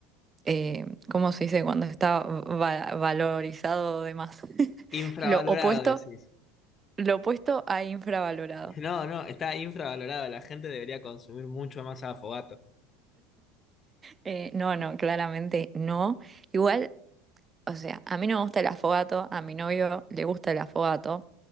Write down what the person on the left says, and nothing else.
Infravalorado,
decís.
No, no, está infravalorado. La gente debería consumir mucho más afogato.